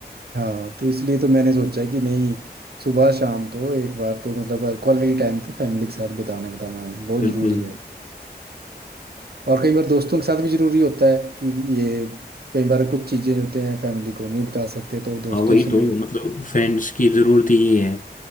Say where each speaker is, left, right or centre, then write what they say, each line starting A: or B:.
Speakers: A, on the right; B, on the left.
A: हाँ तो इसलिए तो मैंने सोचा कि नहीं सुबह शाम तो एक बार तो मतलब क्वालिटी टाइम तो फैमिली के साथ बिताना बिताना है बहुत
B: बिल्कुल
A: ज़रूरी है और कई बार दोस्तों के साथ भी जरूरी होता है कि ये कई बार कुछ चीजें होते हैं फैमिली को नहीं बता सकते तो दोस्तों
B: हाँ वही
A: से
B: तो
A: मिल
B: मतलब फ्रेंड्स की जरूरत ही ये है